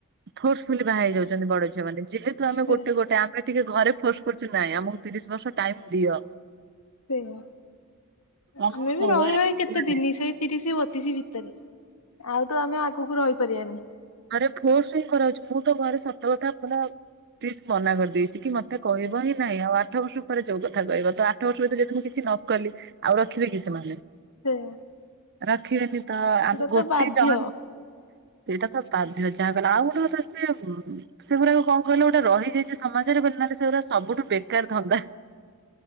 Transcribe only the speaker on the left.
ସେ
ସେଇଆ
ଆମେ ବି
ରହି
ରହି
କେତେ
ଦିନି ସେ ତିରିଶ ବତିଶି ଭିତରେ। ଆଉ ତ ଆମେ ଆଗକୁ ରହିପାରିବାନି।
ସେଇଆ
ସେଟା
ତ ବାଧ୍ୟ